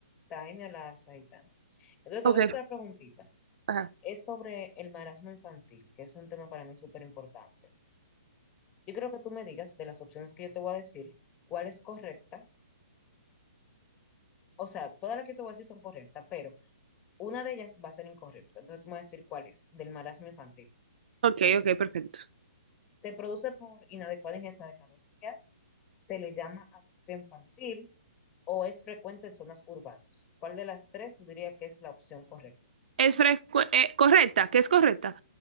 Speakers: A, on the left; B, on the right.
A: Taenia o la Saitana. Entonces te
B: Ok,
A: voy a hacer otra preguntita.
B: ajá.
A: Es sobre el marasmo infantil, que es un tema para mí súper importante. Yo creo que tú me digas de las opciones que yo te voy a decir, cuál es correcta. O sea, todas las que te voy a decir son correctas, pero Una de ellas va a ser incorrecta. Entonces tú me vas a decir cuál es, del marasmo infantil.
B: Ok,
A: Uno,
B: ok, perfecto.
A: Se produce por inadecuada ingesta de calorías, se le llama atrofia infantil o es frecuente en zonas urbanas. ¿Cuál de las tres tú dirías que es la opción correcta?
B: Es frecu- eh, correcta, que es correcta,